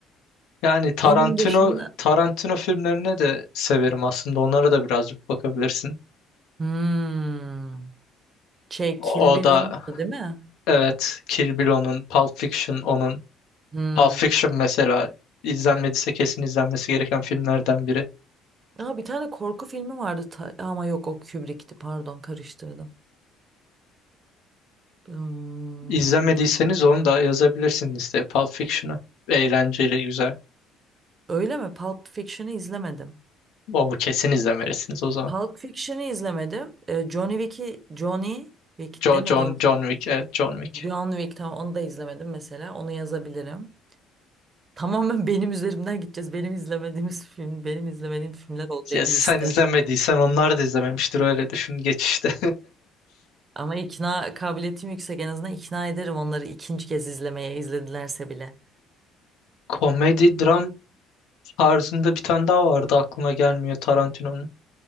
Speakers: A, on the left; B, on the right.
A: Yani Tarantino
B: Onun dışında
A: Tarantino filmlerini de severim aslında. Onlara da birazcık bakabilirsin.
B: hmm, şey
A: O
B: Kill Bill
A: da
B: olmadı değil mi?
A: evet Kill Bill onun, Pulp Fiction onun.
B: Hmm.
A: Pulp Fiction mesela izlenmediyse kesin izlenmesi gereken filmlerden biri.
B: Aa, bir tane korku filmi vardı ta- ama yok o Kubrick'ti pardon karıştırdım. Hmm,
A: İzlemediyseniz
B: başka.
A: onu da yazabilirsiniz listeye Pulp Fiction'ı. Eğlenceli, güzel.
B: Öyle mi? Pulp Fiction'ı izlemedim.
A: O kesin izlemelisiniz o zaman.
B: Pulp Fiction'ı izlemedim. Ee, Johnny Wick'i Johnny Wick
A: John,
B: deme
A: John,
B: doğru.
A: John Wick, evet John Wick.
B: John Wick tamam onu da izlemedim mesela. Onu yazabilirim. <laughs> Tamamen benim üzerimden gideceğiz. Benim izlemediğimiz film, benim izlemediğim filmler olacak
A: Ya sen
B: liste.
A: izlemediysen onlar da izlememiştir öyle düşün geç işte.
B: Ama ikna kabiliyetim yüksek. En azından ikna ederim onları ikinci kez izlemeye izledilerse bile.
A: <laughs> Komedi, dram tarzında bir tane daha vardı aklıma gelmiyor Tarantino'nun.